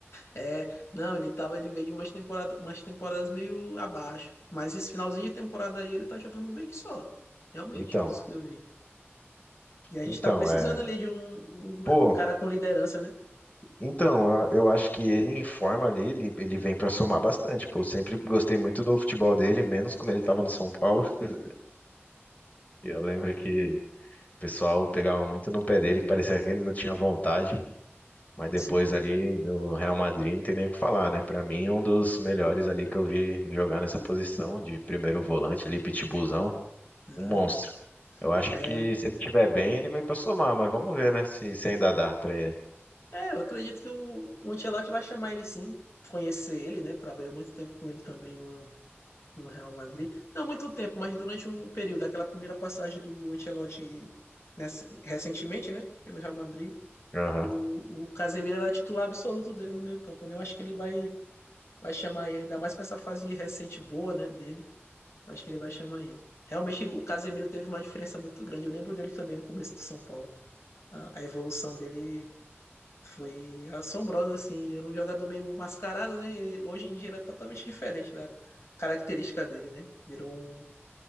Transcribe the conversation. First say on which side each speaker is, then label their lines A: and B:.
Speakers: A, on the left (about 75°); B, on the left (about 35°).
A: É, não, ele tava, ele veio de umas temporadas, umas temporadas meio abaixo. Mas esse finalzinho de temporada aí ele tá jogando bem que só. Realmente,
B: Então,
A: isso que eu vi. E a gente
B: então,
A: tá precisando
B: é,
A: ali de um,
B: pô,
A: um cara com liderança, né?
B: então, eu eu acho que ele em forma ali, ele, ele vem pra somar bastante, pô. Eu sempre gostei muito do futebol dele, menos quando ele tava no São Paulo. <laughs> Eu lembro que o pessoal pegava muito no pé dele, que parecia que ele não tinha vontade. Mas depois
A: Sim.
B: ali do Real Madrid, não tem nem o que falar, né? Pra mim, um dos melhores ali que eu vi jogar nessa posição de primeiro volante ali, pitbullzão,
A: Aham.
B: um monstro. Eu acho
A: É,
B: que se ele tiver bem, ele vem pra somar, mas vamos ver, né? Se, se ainda dá pra ele.
A: é, eu acredito que o, o Ancelotti vai chamar ele sim, conhecer ele, né? Trabalhou muito tempo com ele também no, no Real Madrid. Não muito tempo, mas durante um período, aquela primeira passagem do Ancelotti nessa- recentemente, né? Pelo Real Madrid,
B: Aham.
A: o, o Casemiro era titular absoluto dele no meio campo, né? Eu acho que ele vai, vai chamar ele, ainda mais com essa fase recente boa, né, dele. Eu Acho que ele vai chamar ele. Realmente, o Casemiro teve uma diferença muito grande. Eu lembro dele também no começo do São Paulo. A, a evolução dele foi assombrosa, assim. Ele era um jogador meio mascarado, né? E hoje em dia ele é totalmente diferente da característica dele, né? Virou